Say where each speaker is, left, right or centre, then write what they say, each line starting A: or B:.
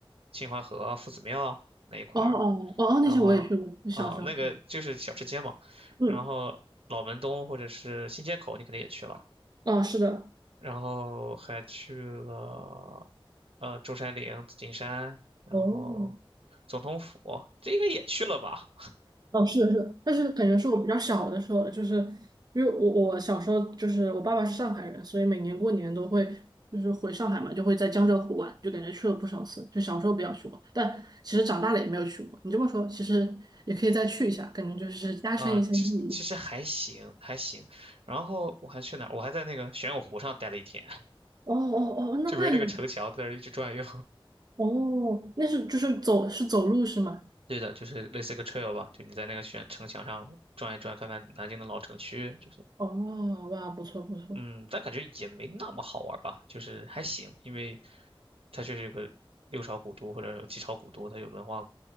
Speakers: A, on the right; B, on the right.
A: 秦淮河啊、夫子庙那一块儿，
B: 哦哦哦，哦那些我也去过，
A: 然后啊、
B: 小时候。
A: 那个就是小吃街嘛，
B: 嗯，
A: 然后老门东或者是新街口，你肯定也去了，
B: 哦，是的，
A: 然后还去了呃中山陵、紫金山，然后
B: 哦
A: 总统府，这应该也去了吧？
B: 哦，是的，是的，但是感觉是我比较小的时候了就是因为我我小时候就是我爸爸是上海人，所以每年过年都会就是回上海嘛，就会在江浙沪玩，就感觉去了不少次。就小时候比较去过，但其实长大了也没有去过。你这么说，其实也可以再去一下，感觉就是加深一下记忆。
A: 啊、其实其实还行，还行。然后我还去哪儿？我还在那个玄武湖上待了一天，<laughs>
B: 哦哦哦，那那应该
A: 就围着个城墙在那儿一直转悠。
B: 哦，那是就是走是走路是吗？
A: 对的，就是类似一个 trail 吧，就你在那个悬城墙上转一转，看看南京的老城区，就是，
B: 哦，哇，不错不错，
A: 嗯，但感觉也没那么好玩吧，就是还行，因为它就是有个六朝古都或者有几朝古都，它有文化